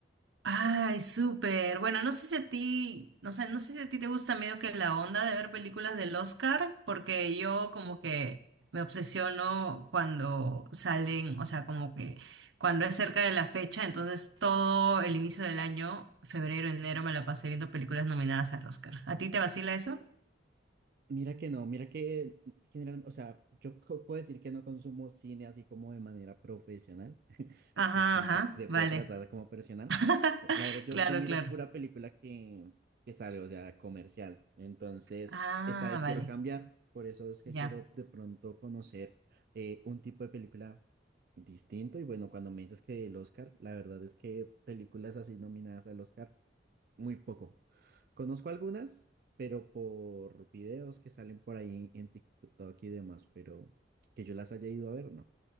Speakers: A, on the right; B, on the right.
A: Ay, súper. Bueno, no sé si a ti, no sé, no sé si a ti te gusta medio que la onda de ver películas del Oscar, porque yo como que me obsesiono cuando salen, o sea, como que cuando es cerca de la fecha, entonces todo el inicio del año, febrero, enero, me la pasé viendo películas nominadas al Oscar. ¿A ti te vacila eso?
B: Mira que no, mira que generalmente, o sea, yo co- puedo decir que no consumo cine así como de manera profesional, <laughs>
A: Ajá,
B: sí, sí,
A: ajá,
B: se, se puede
A: vale.
B: tratar como
A: <laughs>
B: personal. Eh, La verdad, yo,
A: Claro,
B: yo miro
A: claro.
B: pura película que, que sale, o sea, comercial. Entonces,
A: Ah,
B: esta vez
A: vale,
B: quiero cambiar, por eso es que
A: ya.
B: quiero de pronto conocer eh, un tipo de película distinto. Y bueno, cuando me dices que el Oscar, la verdad es que películas así nominadas al Oscar. Muy poco. Conozco algunas, pero por videos que salen por ahí en TikTok y demás, pero que yo las haya ido a ver, no.